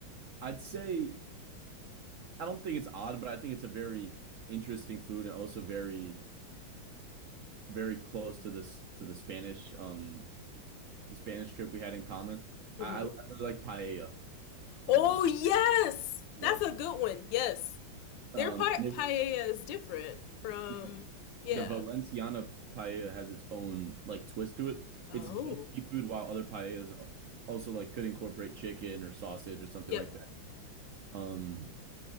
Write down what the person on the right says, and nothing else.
I'd say. I don't think it's odd, but I think it's a very interesting food and also very, very close to this to the Spanish um the Spanish trip we had in common.
I, I really like paella. Um,
yeah.
Um,
and it
was
yeah,
the Valenciana paella has its own like twist to it.
It's just seafood, while other paellas also like could incorporate chicken or sausage or something
like that. Um,